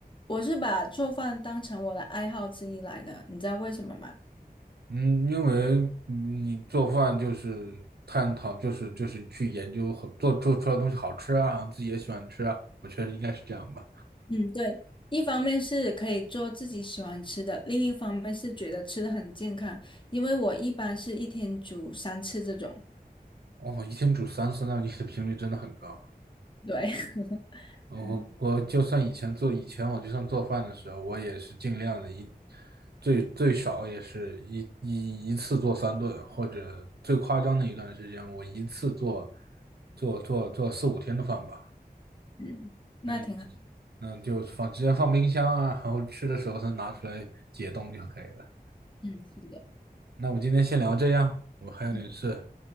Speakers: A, on the left; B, on the right.
A: 我是把做饭当成我的爱好之一来的，你知道为什么吗？
B: 嗯，因为嗯你做饭就是探讨，就是就是去研究好做做出来的东西好吃啊，然后自己也喜欢吃啊，我觉得应该是这样吧。
A: 嗯，对，一方面是可以做自己喜欢吃的，另一方面是觉得吃的很健康，因为我一般是一天煮三次这种，
B: 哦，一天煮三次，那你的频率真的很高。
A: 对，<laughs>
B: 我我就算以前做，
A: 嗯
B: 以前我就算做饭的时候，我也是尽量的一最最少也是一一一次做三顿，或者最夸张的一段时间，我一次做做做做四五天的饭吧。
A: 嗯，那挺好，
B: 嗯那就放直接放冰箱啊，然后吃的时候再拿出来解冻就可以了。
A: 嗯，是的，
B: 那我们今天先聊这样，我还有点事，
A: 嗯，